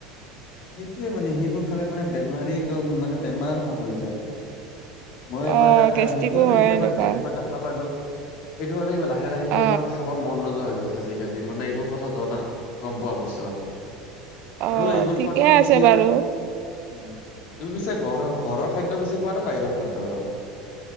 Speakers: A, on the left (about 60°); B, on the right (about 60°).
A: সেইটোয়ে মানে সেইবোৰ খালে মানে বেমাৰী একদম মানে বেমাৰ ভাৱ হৈ যায় মই এবাৰ
B: অ
A: এটা
B: গেষ্টিকো
A: ভিদিঅ
B: হয়
A: এইবাৰ
B: এনেকুৱা
A: দেখা পালো এইটো কাৰনে লাহে লাহেবোৰ
B: অ
A: ইমান খাবৰ মন নোযোৱা হৈ গৈছে আজিকালি মানে এইবোৰ কথা জনা গম পোৱাৰ পিছত
B: অ
A: আৰু এইবোৰ
B: ঠিকে
A: খোৱাতকে বেছিভাগ
B: আছে বাৰু
A: উম তুমি পিছা ঘৰৰ ঘৰৰ খাদ্য বেছি খোৱা নে বাহিৰৰ খাদ্য আৰু